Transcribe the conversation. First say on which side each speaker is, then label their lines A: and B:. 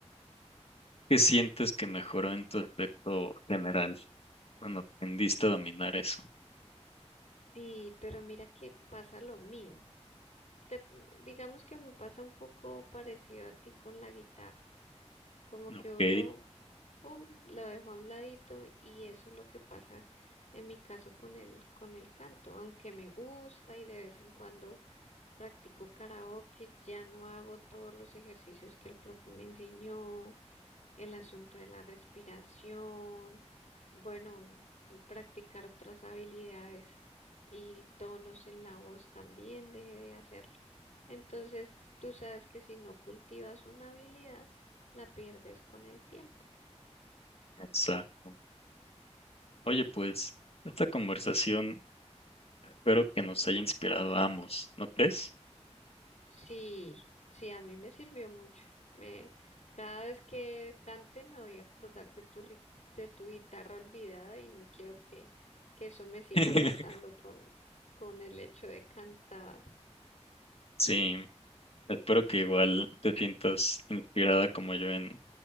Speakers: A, on the left (about 60°); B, on the left (about 80°).
A: ¿Qué sientes que mejoró en tu aspecto general cuando aprendiste a dominar eso?
B: Sí, pero mira que pasa lo mismo. Te- digamos que me pasa un poco parecido a ti con la guitarra, como que
A: Ok,
B: uno, pum, lo dejó a un ladito y eso es lo que pasa en mi caso con el, con el canto, aunque me gusta y de vez en cuando practico karaoke, ya no hago todos los ejercicios que el profe me enseñó el asunto de la respiración, bueno, practicar otras habilidades y tonos en la voz también dejé de hacerlo. Entonces, tú sabes que si no cultivas una habilidad, la pierdes con el tiempo.
A: exacto. Oye, pues, esta conversación espero que nos haya inspirado a ambos, ¿no crees?
B: Sí, sí, a mí me sirvió mucho. Me, cada vez que cante me voy a acordar de tu, ri- de tu guitarra olvidada y no quiero que, que eso me siga
A: <laughs>
B: pasando con, con el hecho de cantar.
A: Sí, espero que igual te sientas inspirada como yo en